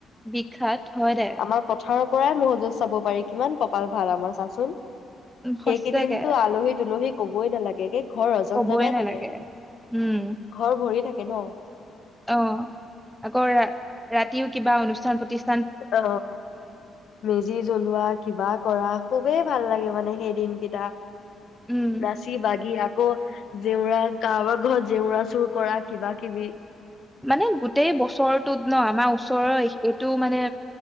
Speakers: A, in the centre; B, on the left (about 55°).
A: বিখ্যাত। হয় দে
B: আমাৰ পথাৰত পৰাই ম'হ যুঁজ চাব পাৰি। কিমান কপাল ভাল আমাৰ চাচোন।
A: সঁচাকে
B: সেইকেইদিনটো আলহী দুলহী ক'বই নালাগে দেই। ঘৰ ৰজন
A: কবই
B: জনাই
A: নালাগে
B: থাকে।
A: উম
B: ঘৰ ভৰি থাকে। কেইন
A: অ'! আকৌ ৰা ৰাতিও কিবা অনুষ্ঠান প্ৰতি
B: অ মেজি জ্বলোৱা, কিবা। কৰা খুবেই ভাল লাগে মানে সেই দিনকেইটা।
A: উম
B: নাচি বাগি আ আকৌ জেউৰা, কাৰবাৰ ঘৰত জেউৰা চুৰ কৰা কিবা- কিবি।
A: মানে গোটেই বছৰটোত ন, আমাৰ ওচৰই! এইটো মানে।